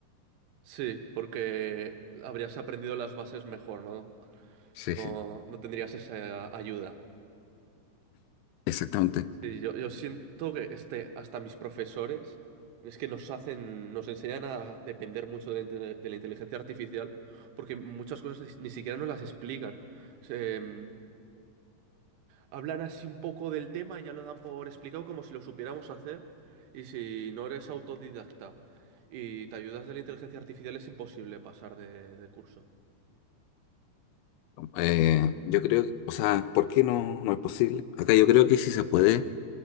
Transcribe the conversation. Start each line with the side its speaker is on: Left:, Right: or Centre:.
Right: sí, porque habrías aprendido las bases mejor, ¿no?
Left: Sí,
Right: No,
Left: sí,
Right: no tendrías esa ayuda.
Left: exactamente.
Right: Sí, yo, yo siento que este, hasta mis profesores es que nos hacen, nos enseñan a depender mucho de la, inte- de la inteligencia artificial porque muchas cosas ni, ni siquiera nos las explican. Se, mm, hablan así un poco del tema y ya lo dan por explicado como si lo supiéramos hacer y si no eres autodidacta y te ayudas de la inteligencia artificial es imposible pasar de, de curso.
Left: Eh, yo creo que, o sea, ¿por qué no, no es posible? Acá yo creo que sí se puede.